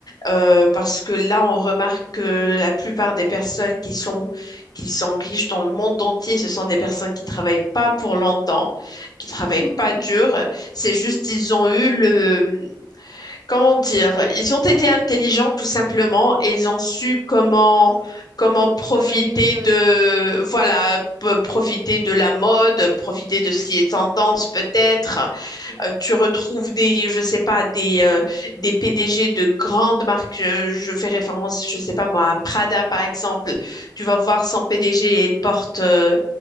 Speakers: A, on the left (about 55°); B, on the right (about 50°).
A: euh, parce que là, on remarque que la plupart des personnes qui sont, qui sont riches dans le monde entier, ce sont des personnes qui travaillent pas pour longtemps, qui travaillent
B: <laughs>
A: pas dur. C'est juste, ils ont eu le, comment dire, ils ont été intelligents tout simplement et ils ont su comment comment profiter
B: travailler mieux.
A: de voilà, p- profiter de la mode, profiter de ce qui est tendance peut-être, euh, tu retrouves des, je sais pas, des, euh, des PDG de grandes marques. Je, je fais référence, je sais pas moi, à Prada par exemple. Tu vas voir son PDG, elle porte, euh,